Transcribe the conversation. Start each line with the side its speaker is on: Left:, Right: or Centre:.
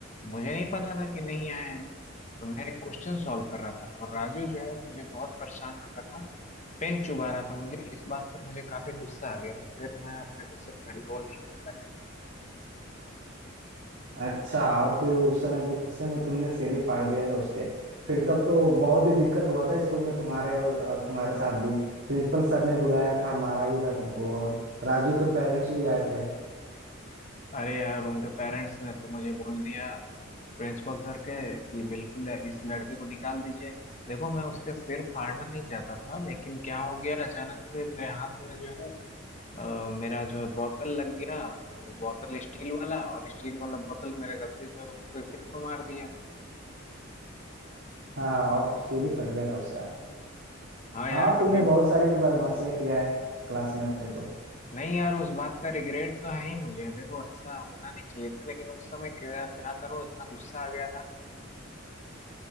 Left: मुझे नहीं पता था कि नहीं आए हैं तो मैं क्वेश्चन सॉल्व कर रहा था और राजू जो है मुझे बहुत परेशान कर रहा था पेन चुबा रहा था मुझे इस बात पर मुझे काफी गुस्सा आ गया फिर मैं अपने गुस्से पर कंट्रोल नहीं कर पाया
Right: अच्छा और फिर उस समय गुस्से में तुमने सिर ही फाड़ दिया था उसके फिर तब तो बहुत ही दिक्कत हुआ था स्कूल में तुम्हारे और अ, तुम्हारे साथ भी प्रिंसिपल सर ने बुलाया था मारा भी था तुमको और राजू के पेरेंट्स भी आए थे
Left: अरे यार उनके पेरेंट्स ने तो मुझे बोल दिया प्रिंसिपल सर के कि बिल्कुल इस लड़के को निकाल दीजिए देखो मैं उसके सिर फाड़ना नहीं चाहता था लेकिन क्या हो गया अचानक से मेरे हाथ में जो है अ, मेरा जो है बोतल लग गया वो बोतल स्टील वाला और स्टील वाला बोतल मेरे गलती से उसके सिर पर मार दिया
Right: हाँ हाँ और सिर ही फट गया था उसका
Left: हाँ यार
Right: हाँ तुमने
Left: काफी
Right: बहुत सारी बदमाशियां किया है क्लास में अपने तो
Left: नहीं यार उस बात का रिग्रेट तो है ही मुझे देखो ऐसा होना नहीं चाहिए था लेकिन उस समय क्या क्या करूं इतना गुस्सा आ गया था